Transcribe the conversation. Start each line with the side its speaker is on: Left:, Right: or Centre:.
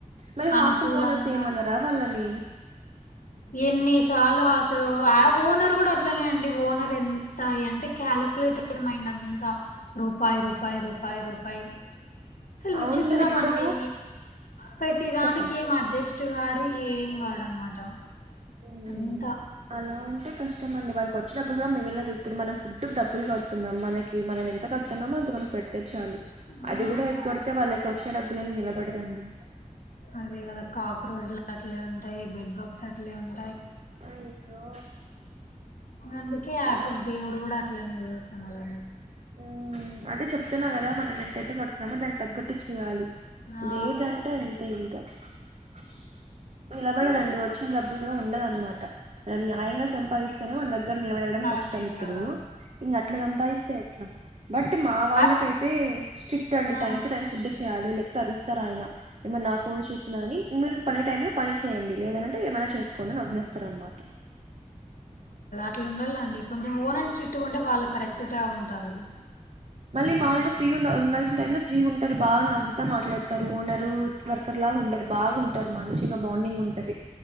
Right: మరి హాస్టల్
Left: అనుకూలంగా
Right: ఓనర్స్ ఏమనరా వాళ్ళని
Left: ఎన్ని సార్లు హాస్ట ఓనర్ కూడా అట్లనేండి ఓనర్ ఎంత అంటే కాలిక్యులేట్ నేను అంతా రూపాయి రూపాయి రూపాయి రూపాయి సల్ విచిత్రం
Right: అవునులేండి ఇప్పుడు
Left: అండి ప్రతి దానికి
Right: చెప్పండి
Left: ఏం అడ్జస్ట్ కాడు ఏం కాడు అనమాట
Right: ఊ
Left: అంతా
Right: అలా ఉంటే కష్టం అండి వాళ్ళకి వచ్చేటప్పుడు కూడా మిగలదు ఇప్పుడు మనం ఫుడ్ డబ్బులు కడుతున్నాం మనకి మనం ఎంత కడుతున్నామో అంత మన పెడితే చాలు
Left: ఆ
Right: అది కూడా ఎగ్గొడితే వాళ్ళకి వచ్చే డబ్బులు ఏమి నిలబడదండి
Left: అదే కదా కాక్రోచ్లు అట్లే ఉంటాయి బెడ్ బగ్స్ అట్లే ఉన్
Right: అయ్యో
Left: అందుకే ఆయపకు
Right: ఆ
Left: దేవుడు కూడా అట్లనే చూస్తున్నాడండి
Right: ఉ అదే చెప్తున్నా కదా మన ఎంతయితే కడుతున్నామో దాన్ని తగ్గట్టు చేయాలి
Left: ఆ
Right: లేదంటే అంతే ఇంకా <inaudible> నిలబడదండి వచ్చిన డబ్బులు కూడా ఉండదన్నమాట మనం న్యాయంగా సంపాదిస్తేనే మన దగ్గర నిలబడడం కష్టం
Left: అదే
Right: ఇప్పుడు
Left: కదా
Right: ఇంకా అట్లా సంపాదిస్తే ఎట్లా బట్ మా వాళ్ళకైతే
Left: ఆ
Right: స్ట్రిక్ట్ అండి
Left: ఆ
Right: టైమ్ టు టైమ్ ఫుడ్ చేయాలి లేకపోతే అరుస్తారు ఆయన ఏమన్నా నా ఫోన్ చూస్తున్నా కా మీరు పని టైంలో పని చేయండి లేదంటే ఏమైనా చే చేసుకోండి అని వదిలేస్తారు అన్నమాట
Left: ఇట్లుండల్ల అండి కొంచెం ఓనర్ స్ట్రిక్ట్గా ఉంటే వాళ్ళు కరెక్ట్ గా ఉంటారు
Right: మామలుగా ఫ్రీ ఉన్ ఉండాల్సిన టైమ్ లో ఫ్రీ ఉంటారు బాగా నవ్వు మాట్లాడతారు ఓనరు వర్కర్ లాగా ఉండదు బాగుంటారు మంచిగా బాండింగ్ ఉంటది